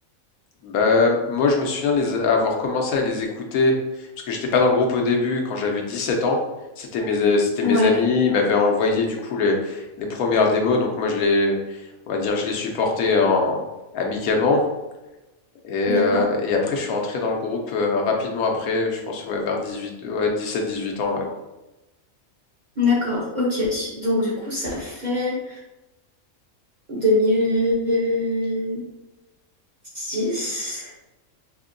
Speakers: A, on the left; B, on the right.
A: Bah, moi, je me souviens de les avoir commencé à les écouter, parce que j'étais pas dans le groupe au début, quand j'avais 17 ans. C'était mes, euh, c'était
B: Ouais,
A: mes amis, ils m'avaient envoyé du coup les, les premières démos, donc moi je les, on va dire, je les supportais en- amicalement. Et, euh,
B: d'accord.
A: et après, je suis rentré dans le groupe euh, rapidement après, je pense ouais, vers 18, ouais, 17-18 ans. Ouais,
B: D'accord, ok. Donc du coup, ça fait deux mille six,